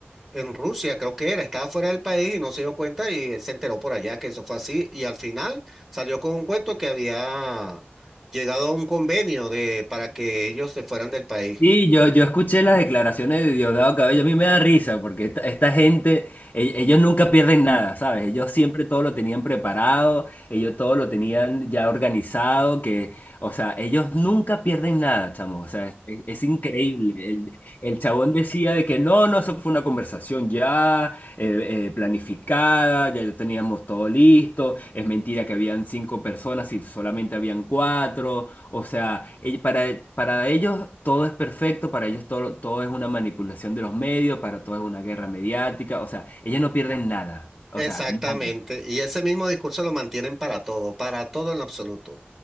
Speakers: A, on the right (about 20°); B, on the left (about 55°).
A: en Rusia, creo que era, estaba fuera del país y no se dio cuenta y él se enteró por allá que eso fue así y al final salió con un cuento que había llegado a un convenio de, para que ellos se fueran del país.
B: Sí, yo, yo escuché las declaraciones de Diosdado Cabello, a mí me da risa porque esta, esta gente, e- ellos nunca pierden nada, ¿sabes? Ellos siempre todo lo tenían preparado, ellos todo lo tenían ya organizado, que, o sea, ellos nunca pierden nada, chamo, o sea, es, es increíble. El, el chabón decía de que no, no, eso fue una conversación ya eh, eh, planificada, ya teníamos todo listo, es mentira que habían cinco personas y solamente habían cuatro. O sea, ell- para, para ellos todo es perfecto, para ellos todo, todo es una manipulación de los medios, para todo es una guerra mediática, o sea, ellos no pierden nada, o
A: Exactamente,
B: sea, nada.
A: y ese mismo discurso lo mantienen para todo, para todo en lo absoluto.